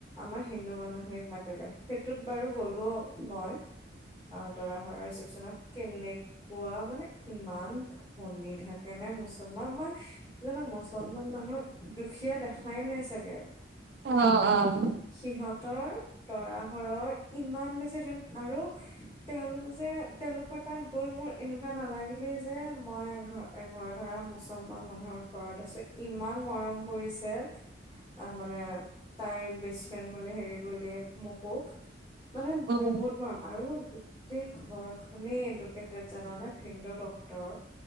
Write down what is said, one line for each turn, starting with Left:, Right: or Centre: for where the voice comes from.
Left: আমাৰ হিন্দু মানুহখিনিক মাত তিলে, সেইটোত বাৰু গ'লো মই। আ, দৰা ঘৰৰ ৰিচিপচনত কেনেকুৱা, মানে ইমান শুনি থাকেনে মুছলমান, মই জানো মুছলমান মানুহ দুখীয়া দেখাই নাই চাগে।
Right: অ', অ'।
Left: সিহঁতৰ দৰা ঘৰৰ ইমান বেছি ধুন আৰু তেওঁলোক যে তেওঁলোকৰ তাত গৈ মোৰ এনেকুৱা নালাগিলে যে মই এ-ঘৰ এঘৰ ধৰা মুছলমান মানুহৰ ঘৰত আছোঁ, ইমান মৰম কৰিছে। আ, মানে তাইৰ বেষ্ট ফ্ৰেণ্ড বুলি, হেৰি বুলিয়ে মোকো মানে
Right: উম,
Left: বহুত <unintelligible> আৰু গোটেই ঘৰখনে এডুকেটেড জানানে, ভিন্দু ডক্তৰ।